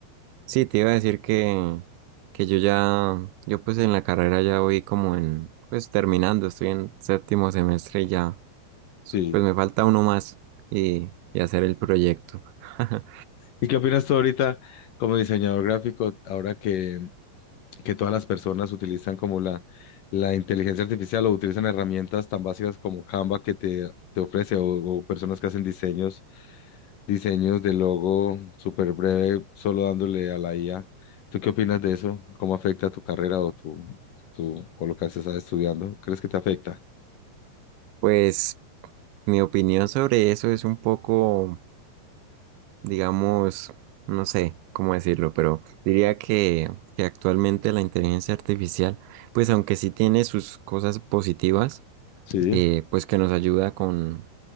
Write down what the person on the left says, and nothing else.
Sí.
¿Y qué opinas tú ahorita como diseñador gráfico, ahora que, que todas las personas utilizan como la, la inteligencia artificial o utilizan herramientas tan básicas como Canva que te, te ofrece o, o personas que hacen diseños diseños de logo súper breve, solo dándole a la IA. ¿Tú qué opinas de eso? ¿Cómo afecta tu carrera o tu, tu, o lo que estás estudiando? ¿Crees que te afecta?
Sí.